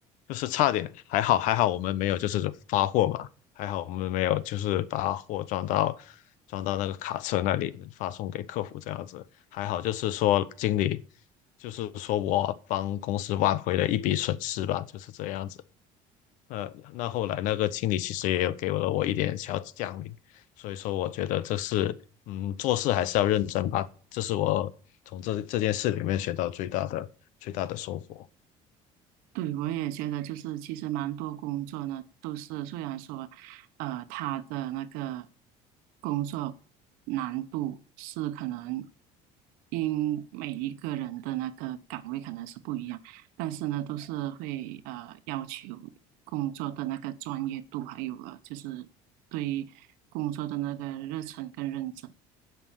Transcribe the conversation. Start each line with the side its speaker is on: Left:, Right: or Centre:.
Left: 就是差点还好还好我们没有就是发货嘛。还好我们没有，就是把货装到装到那个卡车那里发送给客服这样子。还好就是说经理，就是说我帮公司挽回了一笔损失吧，就是这样子。呃，那后来那个经理其实也有给了我一点小奖励，所以说我觉得这是嗯做事还是要认真吧，这是我从这这件事里面学到最大的最大的收获。
Right: 对，我也觉得就是，其实蛮多工作呢，都是虽然说，呃，他的那个工作难度是可能因每一个人的那个岗位可能是不一样，但是呢，都是会呃要求工作的那个专业度，还有呃就是对工作的那个热忱跟认真。